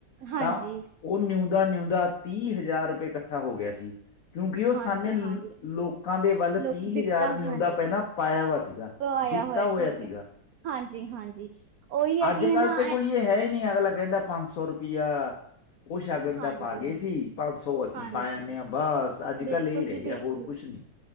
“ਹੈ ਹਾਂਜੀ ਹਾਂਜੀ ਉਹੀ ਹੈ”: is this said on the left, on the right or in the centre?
Right